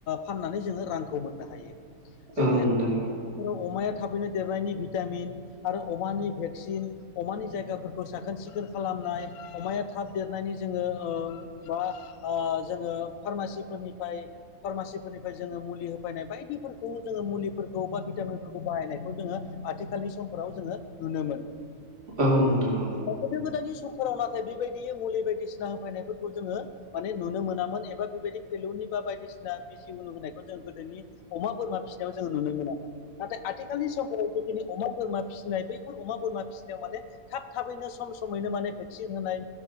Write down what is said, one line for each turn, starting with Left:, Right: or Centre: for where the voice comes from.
Left: फाननानै जोङो रांखौ मोननो हायो जेरैहाय
Right: औ नोंथां
Left: आथिखालाव
Right: औ
Left: अमाया थाबैनो देरनायनि भिटामिन आरो अमानि भेक्सिन अमानि जायगाफोरखौ साखोन सिखोन खालामनाय अमाया थाब देरनायनि जोङो। ओ जोङो फार्मासिफोरनिफ्राय फार्मासिफोरनिफ्राय जोङो मुलि होफैनाय बायदिफोरखौ जोङो मुलि फोरखौ बा भिटामिनफोरखौ बाहायनायखौ जोङो आथिखालनि समफोराव जोङो नुनो मोनो।
Right: औ नोंथां औ।
Left: दा गोदो गोदायनि समफोराव नाथाय बेबायदियै मुलि बायदिसिना होफैनायफोरखौ जोङो। माने नुनो मोनामोन एबा बेबायदि फेलौनि बा बायदिसिना बिजि उनु होनायखौ जों गोदोनि अमा बोरमा फिसिनायाव जोङो नुनो मोनामोन नाथाय आथिखालनि समफोराव ज दिनै अमा बोरमा फिसिनाय बैफोर अमा बोरमा फिसिनायाव माने थाब थाबैनो सम समैनो माने भेक्सिन होनाय